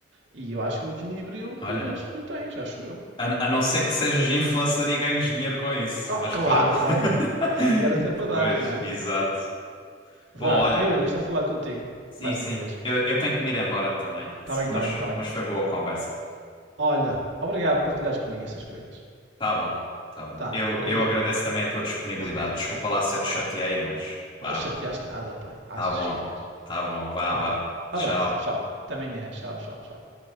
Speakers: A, on the right; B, on the left.
A: E eu acho que o equilíbrio,
B: olha.
A: pelo menos, tu tens, acho eu.
B: A, a não ser que sejas influencer e ganhes dinheiro com isso,
A: Ah,
B: mas
A: claro,
B: pronto. <laughs>
A: olha, aí era sempre a dar,
B: Pois,
A: não é?
B: exato.
A: Vá,
B: Bom, olha,
A: Yuri, gostei de falar contigo.
B: sim,
A: Mais
B: sim.
A: uma vez.
B: Eu, eu tenho que me ir embora também,
A: Tá bem,
B: mas,
A: tá bem, tá
B: mas
A: bem.
B: foi boa a conversa.
A: Olha, obrigado por partilhares comigo estas coisas.
B: Tá bom, tá bom.
A: Tá,
B: Eu,
A: obrigado.
B: eu agradeço também a tua disponibilidade.
A: <laughs>
B: Desculpa lá se eu te chateei,
A: Vá lá.
B: mas vá.
A: Não chateaste nada, pá. Achas
B: Tá bom,
A: que chateias.
B: tá bom, vá,
A: Vá,
B: vá. Tchau.
A: abraço, tchau. Até amanhã, tchau, tchau, tchau.